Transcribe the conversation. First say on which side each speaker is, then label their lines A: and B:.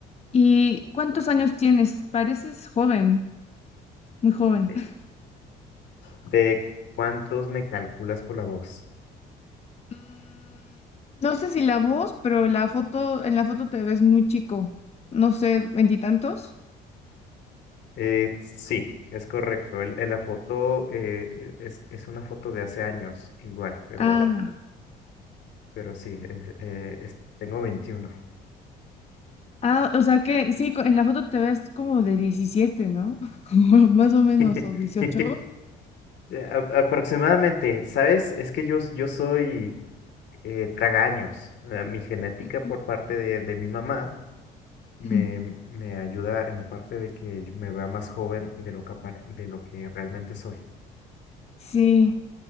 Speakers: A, on the left; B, on the left.
A: ¿Y cuántos años tienes? Pareces joven, muy joven.
B: Eh,
A: <laughs>
B: ¿De cuántos me calculas por la voz?
A: Mm, No sé si la voz, pero la foto, en la foto te ves muy chico. No sé, veintitantos.
B: Eh, sí, es correcto. El- En, la foto eh, eh, es, es una foto de hace años, igual, pero,
A: Ah,
B: pero sí, eh, eh, es- tengo veintiuno
A: Ah, o sea que sí, co- en la foto te ves como de 17, ¿no? <laughs> Más o menos,
B: <laughs>
A: o dieciocho.
B: Eh, a- Aproximadamente, ¿sabes? Es que yo, yo soy eh, tragaños. Eh, Mi genética
A: ujú.
B: por parte de, de mi mamá me,
A: Mm,
B: me ayuda en la parte de que me vea más joven de lo que, apar- de lo que realmente soy.
A: Sí.